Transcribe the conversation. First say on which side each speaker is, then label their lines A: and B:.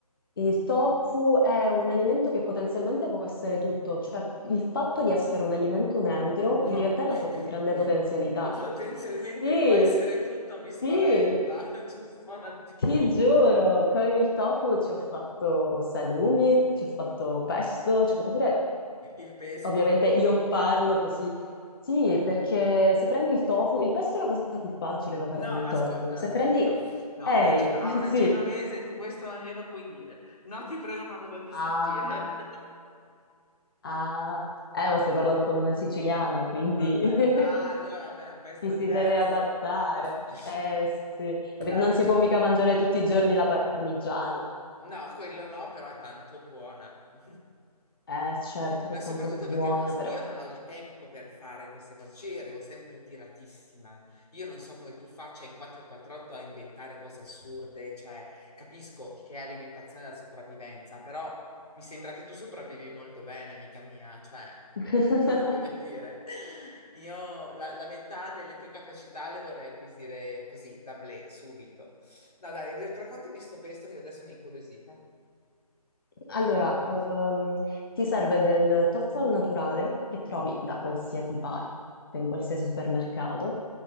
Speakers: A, on the left (about 35°); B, on the left (about 75°).
A: il tofu è un alimento che potenzialmente può essere tutto, cioè il fatto di essere un alimento neutro
B: No,
A: in realtà è
B: <laughs>
A: la sua più grande potenzialità.
B: potenzialmente
A: Sì,
B: può essere tutto, mi spaventa,
A: sì,
B: <laughs> giusto un attimino.
A: Ti giuro, con il tofu ci ho fatto salumi, ci ho fatto pesto, ci ho fatto pure...
B: Il pesto.
A: Ovviamente io parlo così. Sì, perché se prendi il tofu, il pesto è la cosa più facile da fare
B: No,
A: con il
B: ascolta,
A: tofu. Se
B: allora,
A: prendi...
B: no, no,
A: Ehi,
B: una geno- a
A: <laughs>
B: una
A: sì.
B: genovese tu questo non glielo puoi dire. No, ti prego, non lo voglio
A: Ah,
B: sentire. <laughs>
A: ah. Eh, ma stai parlando con una siciliana, quindi
B: Vabbè,
A: <laughs>
B: ah, allora, vabbè, è un pezzo
A: ci si
B: diverso.
A: deve adattare.
B: <laughs>
A: Eh sì, Capi-
B: Dai,
A: non
B: racconta.
A: si può mica mangiare tutti i giorni la parmigiana.
B: No, quello no, però è tanto buona. <laughs>
A: Eh certo,
B: Ma
A: che è
B: soprattutto
A: tanto buona
B: perché non s-
A: però.
B: io non ho il tempo per fare queste cose, cioè io arrivo sempre tiratissima. Io non so come tu faccia in 448 a inventare cose assurde, cioè capisco che è alimentazione della sopravvivenza, però mi sembra che tu sopravvivi molto bene, amica mia, cioè
A: <laughs>
B: <laughs> voglio dire, io la, la metà delle tue capacità le vorrei acquisire così, d'amblè, subito. No, dai, rac- raccontami sto pesto che adesso mi è incuriosita.
A: Allora,
B: Mi è proprio incuriosita.
A: ehm, ti serve del tofu al naturale che trovi da qualsiasi parte, in qualsiasi supermercato,